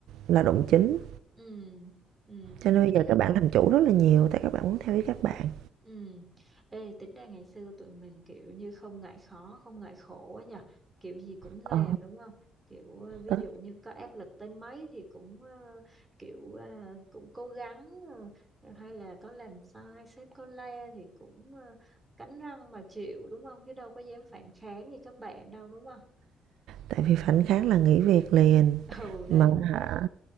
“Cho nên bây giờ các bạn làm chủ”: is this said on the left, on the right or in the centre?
Right